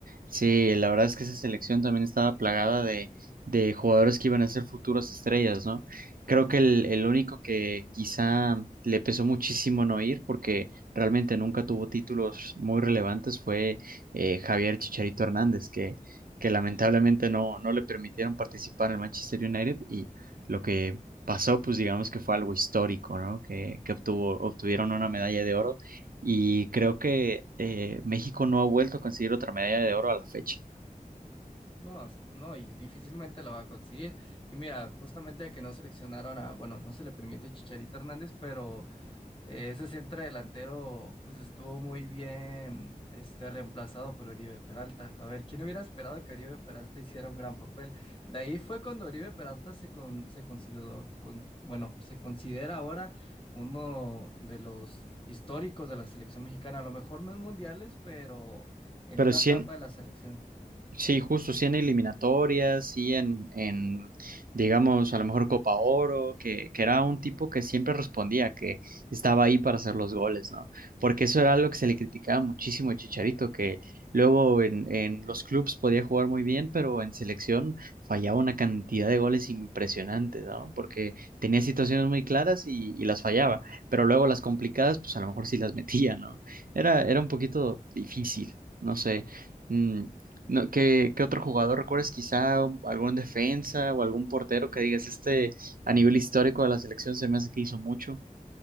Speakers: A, on the right (about 75°); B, on the left (about 35°).
A: Sí, la verdad es que esa selección también estaba plagada de, de jugadores que iban a ser futuras estrellas, ¿no? Creo que el, el único que quizá le pesó muchísimo no ir, porque realmente nunca tuvo títulos muy relevantes, fue eh, Javier Chicharito Hernández, que, que lamentablemente no, no le permitieron participar en el Manchester United y lo que pasó, pues digamos que fue algo histórico, ¿no? Que, que obtuvo, obtuvieron una medalla de oro y creo que eh, México no ha vuelto a conseguir otra medalla de oro a la fecha.
B: No, es- no, y difícilmente la va a conseguir. Y mira, justamente que no seleccionaron a, bueno, no se le permite a Chicharito Hernández, pero Eh, ese centro delantero, pues estuvo muy bien este, reemplazado por Oribe Peralta. A ver, ¿quién hubiera esperado que Oribe Peralta hiciera un gran papel? De ahí fue cuando Oribe Peralta se, con, se consideró, con- bueno, se considera ahora uno de los históricos de la selección mexicana. A lo mejor no en mundiales, pero en
A: Pero
B: una
A: sí,
B: etapa
A: en-
B: de la selección.
A: Sí, justo, sí en eliminatorias, sí en, en, digamos, a lo mejor Copa Oro, que, que era un tipo que siempre respondía, que estaba ahí para hacer los goles, ¿no? Porque eso era algo que se le criticaba muchísimo a Chicharito, que luego en, en los clubes podía jugar muy bien, pero en selección fallaba una cantidad de goles impresionantes, ¿no? Porque tenía situaciones muy claras y, y las fallaba, pero luego las complicadas, pues a lo mejor sí las metía, ¿no? Era, era un poquito difícil, no sé. Mm, no, ¿qué, qué otro jugador recuerdas? Quizá algún defensa o algún portero que digas, este a nivel histórico de la selección se me hace que hizo mucho.